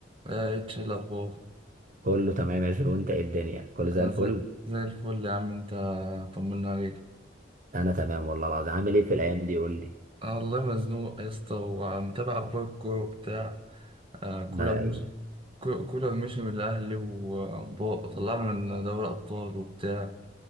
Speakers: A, on the right; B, on the right.
A: آه، اتش إيه الاخبار
B: كله تمام يا جو انت ايه الدنيا كله زي
A: انا
B: الفل
A: زي زي الفل يا عم انت طمنا عليك
B: انا تمام والله العظيم عامل ايه في الايام دي قول لي
A: انا والله مزنوق يا اسطى ومتابع اخبار الكوره بتاع كولر
B: لا
A: مش
B: يعني.
A: كو- كولر مشي من الاهلي وطلعنا من دوري الابطال وبتاع